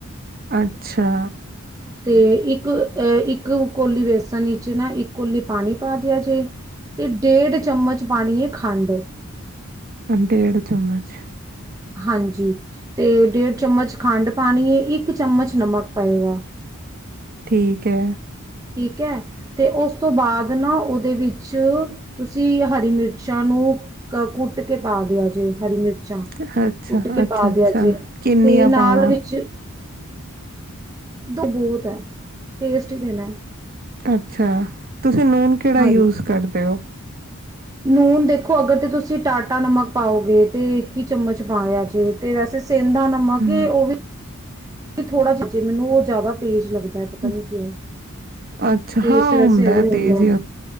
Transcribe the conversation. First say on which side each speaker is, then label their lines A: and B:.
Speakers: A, on the right (about 40°); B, on the right (about 15°).
A: ਅੱਛਾ।
B: ਤੇ ਇੱਕ ਅ ਇੱਕ ਕੋਲੀ ਵੇਸਣ ਚ ਨਾ ਇੱਕ ਕੋਲੀ ਪਾਣੀ ਪਾ ਦਿਆ ਜੇ ਤੇ ਡੇਢ ਚਮਚ ਪਾਣੀ ਏ ਖਾਂਡ।
A: ਡੇਢ ਚਮਚ।
B: ਹਾਂਜੀ, ਤੇ ਡੇਢ ਚਮਚ ਖੰਡ ਪਾਣੀ ਏ, ਇੱਕ ਚਮਚ ਨਮਕ ਪਏਗਾ।
A: ਠੀਕ ਐ।
B: ਠੀਕ ਐ, ਤੇ ਉਸ ਤੋਂ ਬਾਅਦ ਨਾ ਉਹਦੇ ਵਿੱਚ ਤੁਸੀ ਹਰੀ ਮਿਰਚਾਂ ਨੂੰ ਕ ਕੁੱਟ ਕੇ ਪਾ ਦਿਆ ਜੇ ਹਰੀ ਮਿਰਚਾਂ।
A: ਅੱਛਾ,
B: ਕੁੱਟ
A: ਹ,
B: ਕੇ
A: ਅੱਛਾ-ਅੱਛਾ
B: ਪਾ ਦਿਆ ਜੇ
A: ਕਿੰਨੀਆਂ
B: ਤੇ ਨਾਲ
A: ਪਾਵਾਂ?
B: ਵਿੱਚ ਦੋ ਭੋਤ ਹੈ, ਟੇਸਟ ਹੀ ਦੇਣਾ ਐ।
A: ਅੱਛਾ। ਤੁਸੀ ਨੂਨ ਕੇੜਾ
B: ਹਾਂਜੀ
A: ਯੂਜ਼ ਕਰਦੇ ਔ?
B: ਨੂਨ ਦੇਖੋ ਅਗਰ ਤੇ ਤੁਸੀਂ ਟਾਟਾ ਨਮਕ ਪਾਓਗੇ ਤੇ ਇੱਕ ਹੀ ਚਮਚ ਪਾਇਆ ਜੇ ਤੇ ਵੈਸੇ ਸੈਂਧਾਂ ਨਮਕ
A: ਹੂੰ
B: ਹੀ ਉਹ ਵੀ ਥੋੜਾ ਜਿਹਾ ਜੇ ਮੈਨੂੰ ਉਹ ਜ਼ਿਆਦਾ ਤੇਜ਼ ਲੱਗਦਾ ਪਤਾ
A: ਹੂੰ,
B: ਨੀ ਕਿਉਂ?
A: ਅੱਛਾ
B: ਤੇ
A: ਹਾਂ
B: ਇਸ ਵੈਸੇ
A: ਹੁੰਦਾ
B: ਇਹਵੇਂ
A: ਹੈ,
B: ਹੁੰਦਾ
A: ਤੇਜ਼ ਹੀ